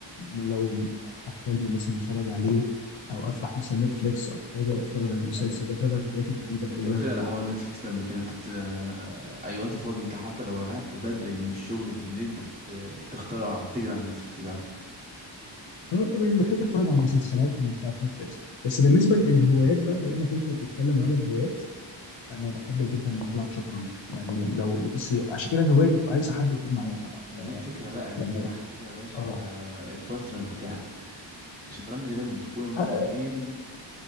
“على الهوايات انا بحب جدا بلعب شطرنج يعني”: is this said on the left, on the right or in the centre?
Left